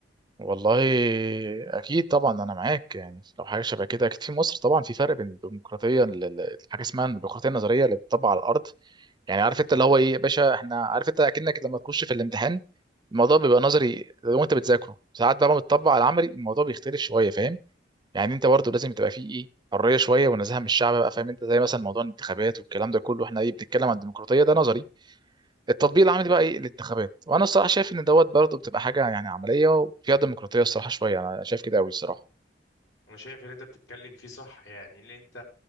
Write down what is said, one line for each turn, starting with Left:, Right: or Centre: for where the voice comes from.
Right: والله أكيد طبعا أنا معاك يعني لو حاجة شبه كده أكيد في مصر طبعا في فرق بين الديمقراطية ال- ال- حاجة اسمها الديمقراطية النظرية اللي بتطبق على الأرض يعني عارف أنت اللي هو إيه يا باشا إحنا عارف أنت أكنك لما تخش في الامتحان الموضوع بيبقى نظري لو أنت بتذاكره ساعات بقى لما بتطبق على العملي الموضوع بيختلف شوية فاهم يعني انت برضه لازم تبقى فيه ايه حريه شويه ونزاهه من الشعب بقى فاهم انت زي مثلا موضوع الانتخابات والكلام ده كله احنا ايه بنتكلم عن الديمقراطيه ده نظري التطبيق العملي بقى ايه الانتخابات وانا الصراحه شايف ان دوت برضه بتبقى حاجه يعني عمليه وفيها ديمقراطيه الصراحه شويه انا شايف كده قوي الصراحه
Left: انا شايف ان انت بتتكلم فيه صح يعني اللي انت